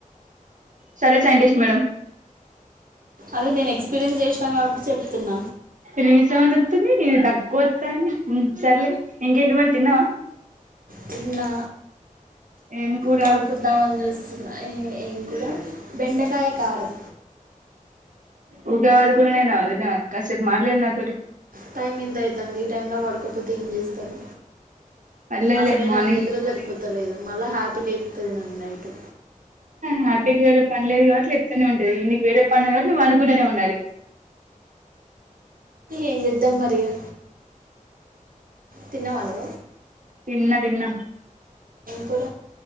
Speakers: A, on the right; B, on the right.
A: సరే సైంటస్ట్ మేడం
B: అదే నేను ఎక్స్పీరియన్స్ చేసినా కాబట్టి చెప్తున్న
A: రిసౌండ్ వతుంది నీది తక్కువ వతాంది సర్లే ఇంకేంటి మరి తిన్నావా
B: తిన్నా
A: ఏం కూర
B: పడుకుందామని చూస్తున్నా ఎ ఏం కూరా బెండకాయ కారం
A: ఉకె ఆడుకునుడేనా వదిన కాసేపు మాట్లాడు నాతోటి
B: టైం ఎంత అయితాంది ఈ టైంలో పడుకోపోతే ఏం చేస్తారు
A: పర్లేదులే
B: అసలే
A: మార్నింగ్
B: నాకు నిద్రలో సరిపోతలేదు మళ్ళా హ్యాపీ లేపుతది నన్ని నైట్
A: హ్యాపీకి వేరే పనిలే లే కాబ్బటి లేప్తూనే ఉంటది నికి వేరే పని ఉంది కాబ్బటి నువ్వు పండుకుంటూనే ఉండాలి
B: ఏం చేద్దాం మరి ఇగా తిన్నవా ను
A: తన్న తిన్న
B: కూర